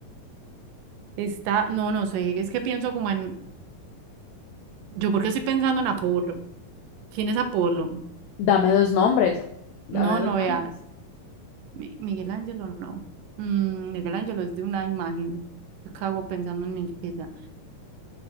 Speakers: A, on the right; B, on the left.
A: Está, no, no sé, es que pienso como en, yo porque estoy pensando en Apolo. ¿Quién es Apolo?
B: Dame dos nombres. Dame
A: No,
B: dos
A: no
B: nombres.
A: vea, Mi- Miguel Ángelo no. Mm, Miguel Ángelo es de una imagen. Yo cago pensando en Miguel Ángelo.